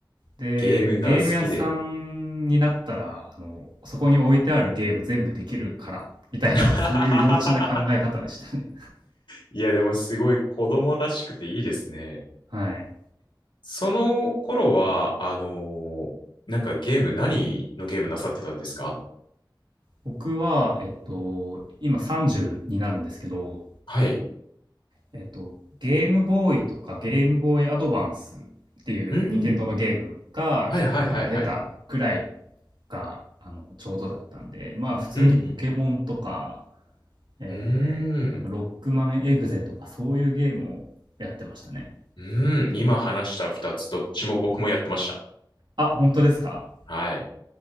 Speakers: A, on the right; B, on the left.
A: で、
B: ゲームが好きで。
A: ゲーム屋さんになったら、あの、そこに置いてあるゲーム全部できるから、みたいな、
B: <laughs>
A: そういう幼稚な考え方でしたね。
B: いや、でもすごい子供らしくていいですね。
A: はい。
B: その頃は、あのーなんかゲーム、何のゲームなさってたんですか
A: 僕は、えっと、今30になるんですけど、
B: はい。
A: えっと、ゲームボーイとかゲームボーイアドバンスっていう任天堂のゲームが、
B: うん。はいはいはいはい。
A: あの、出たぐらいが、あの、ちょうどだったんで、まあ普通にポケモンとか、
B: うん
A: えー、
B: うんうん。
A: なんかロックマンエグゼとかそういうゲームをやってましたね。
B: うーん。うん。今話した二つ、どっちも僕もやってました。
A: あ、本当ですか
B: はい。